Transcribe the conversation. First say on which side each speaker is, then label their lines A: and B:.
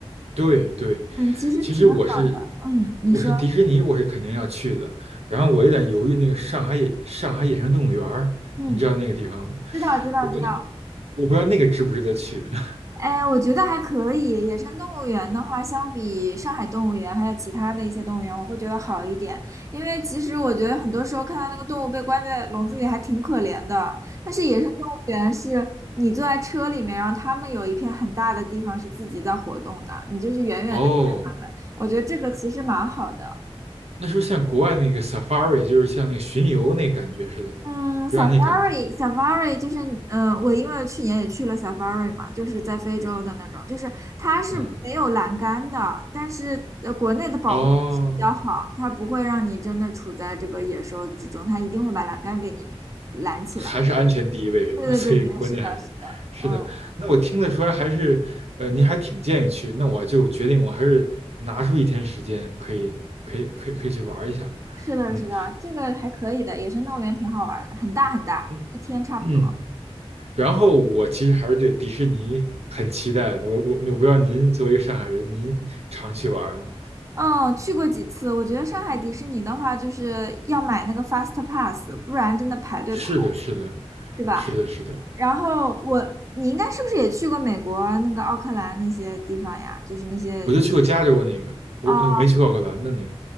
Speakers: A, on the right; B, on the right.
A: 对对，
B: 嗯，其实挺好的。
A: 其实我是
B: 嗯，你说，
A: 我是迪士尼，我是肯定要去的。然后我有点犹豫，那个上海野上海野生动物园儿，
B: 嗯，
A: 您知道那个地方吗？
B: 知道知道知道。
A: 我那我不知道那个值不值得去。<laughs>
B: 哎，我觉得还可以。野生动物园的话，相比上海动物园还有其他的一些动物园，我会觉得好一点。因为其实我觉得很多时候看到那个动物被关在笼子里还挺可怜的。但是野生动物园是你坐在车里面，然后他们有一片很大的地方是自己在活动的，你就是远远的看他们。
A: 哦，
B: 我觉得这个其实蛮好的。
A: 那是不是像国外那个 safari，就是像那个巡游那感觉似的，
B: 嗯，Safari，Safari
A: 有点那感觉。
B: 就是，嗯、我因为去年也去了 Safari 嘛，就是在非洲的那种，就是它是没有栏杆的，
A: 嗯，
B: 但是呃，国内的保护措施比较好，
A: 哦。
B: 它不会让你真的处在这个野兽之中，它一定会把栏杆给你拦起来。
A: 还是安全第一位是吧？
B: 对对对对，
A: <laughs> 所以国内还是是的。
B: 是的，是的，嗯，
A: 那我听得出来，还是呃，您还挺建议去。那我就决定，我还是拿出一天时间，可以可以可以可以去玩一下。
B: 是的，
A: 嗯
B: 是的，这个还可以的，野生动物园挺好玩儿的，很大很大，
A: 嗯
B: 一天差不多。
A: 嗯。然后我其实还是对迪士尼很期待的。我我我不知道您作为一个上海人，您常去玩吗？
B: 嗯，去过几次，我觉得上海迪士尼的话，就是要买那个 Fast Pass，不然真的排队排。
A: 是的，是的，
B: 是吧？
A: 是的，是的。
B: 然后我，你应该是不是也去过美国那个奥克兰那些地方呀？就是那些
A: 我就去过加州那个，我我没去过奥克兰的那个。
B: 哦